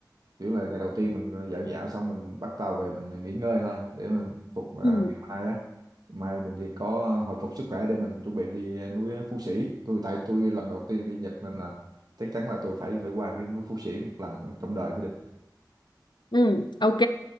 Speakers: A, on the right; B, on the left.
A: kiểu là ngày đầu tiên mình dạo dạo xong mình bắt tàu về mình nghỉ ngơi thôi để mà phục à,
B: ừ,
A: ngày mai á mai mình thì có ờ, hồi phục sức khỏe để mình chuẩn bị đi ờ, núi ờ, Phú Sĩ tôi tại tôi lần đầu tiên đi Nhật nên là chắc chắn là tôi phải phải qua cái núi Phú Sĩ một lần mới- trong đời mới được
B: ừ, ok